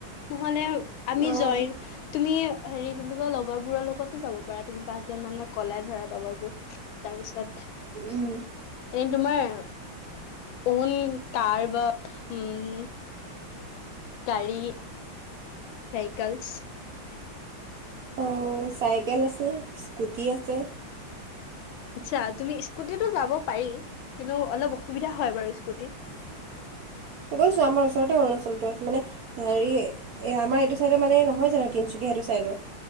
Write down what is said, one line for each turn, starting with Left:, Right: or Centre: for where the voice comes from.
Left: নহলে আমি
Right: অঁ
Left: জয়ন তুমি হেৰি কি বুলি কয় লগৰ বোৰৰ লগতো যাব পাৰা তুমি পাঁচজন মানক ক'লাই ধৰা লগৰবোৰ, তাৰ পিছত
Right: উম
Left: এই তোমাৰ ফ'ন কাৰ বা উম, গাড়ী চাইকেলছ।
Right: অঁ চাইকেল আছে স্কুটি আছে।
Left: আচ্ছা তুমি স্কুটিটো যাব পাৰি কিন্তু অলপ অসুবিধা হয় বাৰু স্কুটিত।
Right: <inaudible> গৈছো আমাৰ ওচৰতে অৰুণাচলতো আছ মানে হেৰি এ আমাৰ এইটো চাইডৰ মানে নহয় জানো তিনচুকীয়া? সেইটো চাইডৰ,